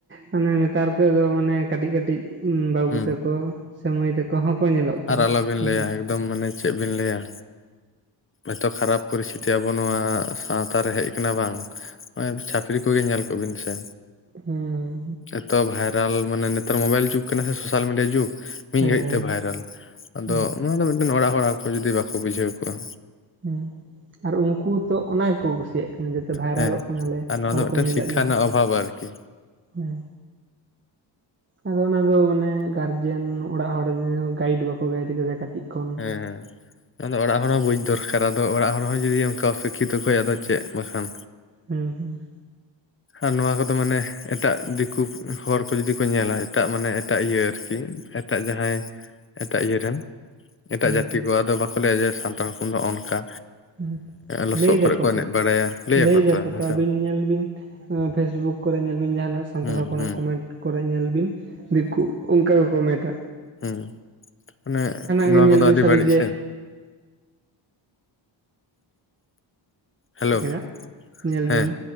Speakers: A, on the right; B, on the left.
A: ᱢᱟᱱᱮ ᱱᱮᱛᱟᱨ ᱠᱚ ᱫᱚ ᱢᱟᱱᱮ ᱠᱟᱹᱴᱤᱡ ᱠᱟᱹᱴᱤᱡ ᱵᱟᱹᱵᱩ
B: ᱦᱩᱸ
A: ᱛᱟᱠᱚ ᱥᱮ ᱢᱟᱹᱭ ᱛᱟᱠᱚ ᱦᱚᱸᱠᱚ ᱧᱮᱞᱚᱜ ᱠᱟᱱᱟ
B: ᱟᱨ ᱟᱞᱚᱵᱤᱱ
A: ᱱᱮᱛᱟᱨ
B: ᱞᱟᱹᱭᱟ ᱮᱠᱫᱚᱢ ᱢᱟᱱᱮ ᱪᱮᱫ ᱵᱤᱱ ᱞᱟᱹᱭᱟ, ᱮᱛᱚ ᱠᱷᱟᱨᱟᱯ ᱯᱚᱨᱤᱥᱛᱷᱤᱛᱤ ᱟᱵᱚ ᱱᱚᱣᱟ ᱥᱟᱶᱛᱟᱟᱨ ᱨᱮ ᱦᱮᱡ ᱠᱟᱱᱟ ᱵᱟᱝ ᱱᱚᱜᱚᱭᱼ ᱪᱟᱹᱯᱨᱤ ᱠᱚᱜᱮ ᱧᱮᱞ ᱠᱚ ᱵᱤᱱ ᱥᱮ,
A: ᱦᱩᱸ᱾
B: ᱮᱛᱚ ᱵᱷᱟᱭᱨᱟᱞ ᱢᱟᱱᱮ ᱱᱮᱛᱟᱨ ᱢᱳᱵᱟᱭᱤᱞ ᱡᱩᱜᱽ ᱠᱟᱱᱟ ᱥᱮ ᱥᱳᱥᱟᱞ ᱢᱤᱰᱤᱭᱟ ᱡᱩᱜᱽ, ᱢᱤᱫ
A: ᱦᱮᱸ
B: ᱜᱷᱟᱹᱲᱤᱡ ᱛᱮ ᱵᱷᱟᱭᱨᱟᱞ, ᱟᱫᱚ
A: ᱦᱩᱸ
B: ᱱᱚᱣᱟ ᱫᱚ ᱢᱤᱫᱴᱮᱱ ᱚᱲᱟᱜ ᱦᱚᱲᱟᱜ ᱠᱚ ᱡᱩᱫᱤ ᱵᱟᱠᱚ ᱵᱩᱡᱷᱟᱹᱣ ᱠᱚᱜᱣᱟ,
A: ᱦᱩᱸ ᱟᱨ ᱩᱱᱠᱩ ᱛᱚ ᱚᱱᱟ ᱠᱚ ᱠᱩᱥᱤᱭᱟᱜ ᱠᱟᱱᱟ, ᱡᱟᱛᱮ ᱵᱷᱟᱭᱨᱟᱞᱚᱜ
B: ᱦᱮᱸ
A: ᱠᱟᱱᱟᱞᱮ
B: ᱟᱨ ᱱᱚᱣᱟ
A: ᱦᱚᱲ
B: ᱫᱚ ᱢᱤᱫᱴᱮᱱ
A: ᱠᱚ ᱧᱮᱞᱮᱫ
B: ᱥᱤᱠᱠᱷᱟ
A: ᱞᱮᱭᱟ᱾
B: ᱨᱮᱱᱟᱜ ᱚᱵᱷᱟᱵᱽ ᱟᱨᱠᱤ
A: ᱦᱩᱸ᱾ ᱟᱫᱚ ᱚᱱᱟ ᱫᱚ ᱢᱟᱱᱮ ᱜᱟᱨᱡᱮᱱ ᱚᱲᱟᱜ ᱦᱚᱲ ᱜᱟᱭᱤᱰ ᱵᱟᱠᱚ ᱜᱟᱭᱤᱰ ᱠᱮᱫᱮᱭᱟ ᱠᱟᱹᱴᱤᱡ᱾ ᱠᱷᱚᱱ
B: ᱦᱮᱸ ᱦᱮᱸ᱾ ᱟᱫᱚ ᱚᱲᱟᱜ ᱦᱚᱲ ᱦᱚᱸ ᱵᱩᱡᱽ ᱫᱚᱨᱠᱟᱨ ᱟᱫᱚ ᱚᱲᱟᱜ ᱦᱚᱲ ᱦᱚᱸ ᱡᱩᱫᱤ ᱚᱱᱠᱟ ᱚ ᱥᱤᱠᱠᱷᱤᱛᱚ ᱠᱷ ᱟᱫᱚ ᱪᱮᱫ ᱵᱟᱠᱷᱟᱱ,
A: ᱦᱩᱸ ᱦᱩᱸ᱾
B: ᱟᱨ ᱱᱚᱣᱟ ᱠᱚᱫᱚ ᱢᱟᱱᱮ ᱮᱴᱟᱜ ᱫᱤᱠᱩ ᱦᱚᱲ ᱠᱚ ᱡᱩᱫᱤ ᱠᱚ ᱧᱮᱞᱟ ᱮᱴᱟᱜ ᱢᱟᱱᱮ ᱮᱴᱟᱜ ᱤᱭᱟᱹ ᱟᱨᱠᱤ ᱮᱴᱟᱜ ᱡᱟᱦᱟᱸᱭ ᱮᱴᱟᱜ ᱤᱭᱟᱹ ᱨᱮᱱ ᱮᱴᱟᱜ
A: ᱦᱩᱸ
B: ᱡᱟᱹᱛᱤ
A: ᱦᱩᱸ
B: ᱠᱚ ᱟᱫᱚ ᱵᱟᱠᱚ ᱞᱟᱹᱭᱟ ᱡᱮ ᱥᱟᱱᱛᱟᱲ ᱦᱚᱯᱚᱱ ᱫᱚ ᱱᱚᱜ-ᱱᱚᱝᱠᱟ,
A: ᱦᱩᱸ
B: ᱞᱚᱥᱚᱫ
A: ᱞᱟᱹᱭ ᱫᱟᱠᱚ
B: ᱠᱚᱨᱮ ᱠᱚ
A: ᱛᱚ
B: ᱮᱱᱮᱡ ᱵᱟᱲᱟᱭᱟ ᱞᱟᱹᱭᱟᱠᱚ
A: ᱞᱟᱹᱭ ᱫᱟᱠᱚ
B: ᱛᱚ ᱦᱮᱸᱥᱮ
A: ᱟᱹᱵᱤᱱ
B: ᱵᱟᱝ
A: ᱧᱮᱞ ᱵᱤᱱ ᱯᱷᱮᱥᱵᱩᱠ ᱠᱚᱨᱮ ᱧᱮᱞ ᱵᱤᱱ ᱡᱟᱦᱟᱱᱟᱜ ᱥᱟᱱᱛᱟᱲ
B: ᱦᱩᱸ
A: ᱦᱚᱯᱚᱱᱟᱜ
B: ᱦᱩᱸ
A: ᱠᱚᱢᱮᱱᱴ ᱠᱚᱨᱮ ᱧᱮᱞ ᱵᱤᱱ ᱫᱤᱠᱩ ᱚᱱᱠᱟ ᱠᱚ ᱠᱚᱢᱮᱴᱟ
B: ᱦᱮᱸ ᱢᱟᱱᱮ
A: ᱜᱮ
B: ᱱᱚᱣᱟ
A: ᱧᱮᱞ
B: ᱠᱚᱫᱚ
A: ᱵᱤᱱ
B: ᱟᱹᱰᱤ
A: ᱥᱟᱵᱤᱱ
B: ᱵᱟᱹᱲᱤᱡ
A: ᱡᱮ
B: ᱥᱮ ᱦᱮᱞᱳ
A: <unintelligible> ᱧᱮᱞ
B: ᱦᱮᱸ
A: ᱵᱤᱱ